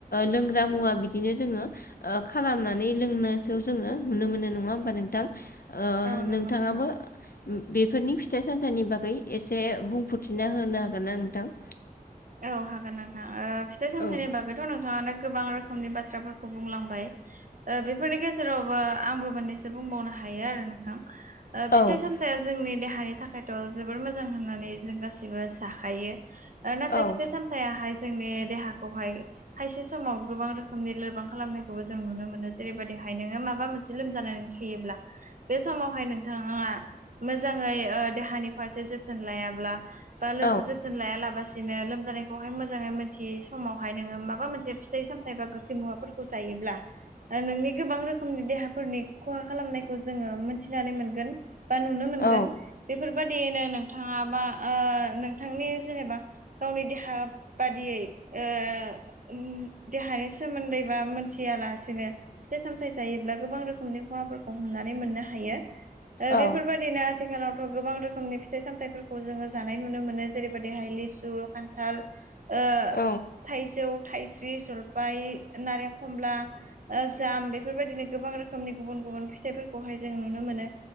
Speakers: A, on the left; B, on the right.
A: लोंग्रा मुवा बिदिनो जोङो ओ खालामनानै लोंनायखौ जोङो नुनो मोनो नङा होमबा नोंथां। ओ
B: औ नंगौ
A: नोंथाङाबो
B: नोंथां।
A: बेफोरनि फिथाइ सामथाइनि बागै एसे बुंफोरथिना होनो हागोन ना नोंथां?
B: औ हागोन नोंथां ओ फिथाइ सामथाइनि
A: औ
B: बागैथ' नोंथाङानो गोबां रोखोम रोखोमनि बाथ्राफोरखौ बुंलांबाय ओ बेफोरनि गेजेरावबो आंबो मोननैसो बुंबावनो हायो आरो नोंथां ओ फिथाइ
A: औ
B: सामथाइया जोंनि देहानि थाखायथ' जोबोर मोजां होननानै जों गासिबो जाखायो ओ नाथाय
A: औ
B: फिथायाहाय जोंनि देहाखौहाय खायसे समाव गोबां रोखोमनि लोरबां खालामनायखौबो जों नुनो मोनो। जेरैबायदिहाय नोङो माबा मोनसे लोमजानानै थायोब्ला बे समावहाय नोंथाङा मोजाङै ओ देहानि फारसे जोथोन लायाब्ला बा लो
A: औ
B: जोथोन लाया लाबासिनो लो जानायखौहाय मोजाङै मिथियै समावहाय नोङो माबा मोनसे फिथाइ सामथाइ बा गोखै मुवाफोरखौ जायोब्ला नोंनि गोबां रोखोमनि देहाफोरनि खहा खालामनायखौ जोङो मोनथिनानै मोनगोन बा नुनो मोनगोन
A: औ
B: बेफोर बेबायदियैनो नोंथाङा बा ओ नोंथांनि जेनेबा गावनि देहा बादियै ओ देहानि सोमोन्दैबा मिथियालासिनो फिथाइ सामथाय जायोब्ला गोबां रोखोमनि खहाफोरखौ हमनानै मोननो हायो। ओ
A: औ
B: बेफोर बायदिनो आथिखालावथ' गोबां रोखोमनि फि फिथाइ सामथाइफोरखौ जोङो जानाय नुनो मोनो जेरै बायदिहाइ लिसु खान्थाल ओ
A: औ
B: थाइजौ थाइस्रि जलफाय नारें खमला ओ जाम बेफोर बायदिनो गोबां रोखोमनि गुबुन गुबुन फिथाइफोरखौहाय जों नुनो मोनो।